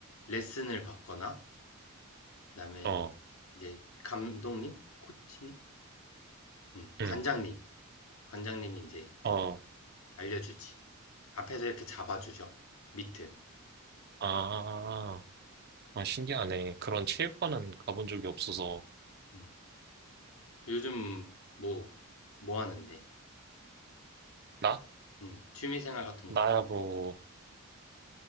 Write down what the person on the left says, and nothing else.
레슨을 받거나 그다음에
이제 감독님, 코치님 음, 관장님.
관장님이 이제
알려주지. 앞에서 이렇게 잡아주셔. 밑트
음. 요즘 뭐, 뭐 하는데?
음, 취미생활 같은
거.